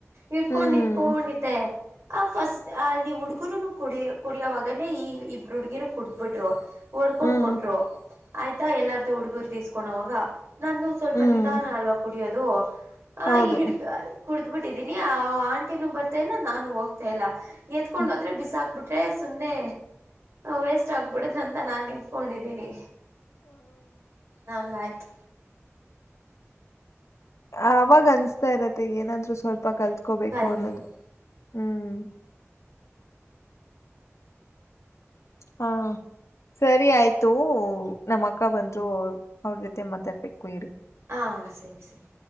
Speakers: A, on the right (about 60°); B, on the left (about 75°).
A: ಇಡ್ಕೊಂಡು
B: ಹ್ಮ್
A: ನಿಂಕೊಂಡಿದ್ದೆ ಆ ಫಸ್ಟ್ ಅಲ್ಲಿ ಹುಡು ಹುಡುಗುರುನು ಕುಡಿಯ ಕುಡಿಯವಾಗನೇ ಈ ಇಬ್ರು ಹುಡ್ಗಿರು ಕುಡ್ದ್ ಬಿಿಟ್ರು ಒಓಡ್ಕೊಂಡ್
B: ಹ್ಮ್
A: ಕೊಟ್ರು ಆಯ್ತಾ ಎಲ್ಲಾರ್ದು ಹುಡ್ಗುರ್ದ ಇಸ್ಕೊಂಡ ಅವಾಗ ನಂದುು ಸ್ವಲ್ಪ
B: ಹ್ಮ್
A: ನಿಧಾನ ಅಲ್ವ ಕುಡಿಯೋದು ಹ
B: ಹೌದು
A: ಹಿಡ್ ಕುಡ್ದ್ಬಿಟ್ಟಿದೀನಿ ಆಂಟಿನೂ ಬರ್ತಾ ಇಲ್ಲ ನಾನು ಹೋಗ್ತಾ ಇಲ್ಲ ಎತ್ಕೊಂಡ್
B: ಹ್ಮ್.
A: ಹೋದ್ರೆ ಬಿಸಾಕ್ಬಿಟ್ರೆ ಸು್ನೆ ವೇಸ್ಟ್ ಆಗ್ಬಿಡದ ಅಂತ ನಾನು ನಿಂತ್ಕೊಂಡಿದ್ದೀನಿ ಹಂಗ ಆಯ್ತು
B: ಅವಾಗ ಅನ್ಿಸತಾ ಇರತ್ತೆ ಏನಾದ್ರು ಸ್ವಲ್ಪ ಪಪ ಕಲ್ತ್ಕೋಬೇಕು
A: ಕಲಿಬೇಕು
B: ಅನ್ನೋದು ಹ್ಮ್ ಹಾ ಸರಿ ಆಯ್ತು ನಮ್ಮ ಅಕ್ಕ ಬಂದ್ರು ಅವ್ರ ಜೊತೆ ಮಾತಾಡ್ಬೇಕು ಇ್ರ
A: ಹಾ ಸರಿ ಸರಿ